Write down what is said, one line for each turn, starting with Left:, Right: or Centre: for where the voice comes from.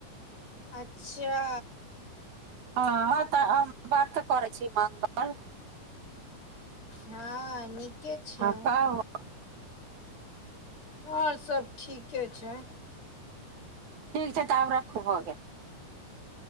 Left: अच्छा
Right: ह तऽ हम व्रत करै छी मंगल
Left: हँ निक नीके छै
Right: हँ कहू
Left: आओर सभ ठीके छै
Right: ठीक छै तऽ आब राखू भऽ गेल।